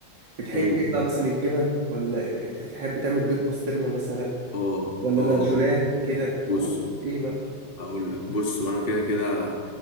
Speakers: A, on the right; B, on the left.
A: بتحب
B: امم
A: ايه بقى مثلا الجبن ولا تحب تعمل بيض بسطرمه مثلا
B: اه
A: ولا
B: اه
A: لانشونات كده
B: بص
A: قول ايه بقى
B: هقول لك بص وانا كده كده